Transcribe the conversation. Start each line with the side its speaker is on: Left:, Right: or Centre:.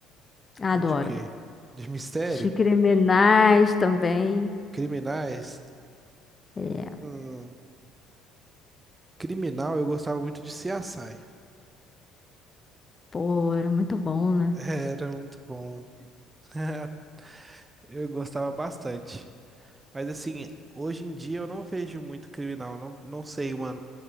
Left: Adoro.
Right: ou de quê? De mistério?
Left: De criminais também.
Right: Criminais?
Left: É,
Right: Hum, criminal, eu gostava muito de CSI.
Left: pô, era muito bom,
Right: <laughs>
Left: né?
Right: Era muito bom. <laughs> Eu gostava bastante. Mas assim, hoje em dia eu não vejo muito criminal. Não, não sei uma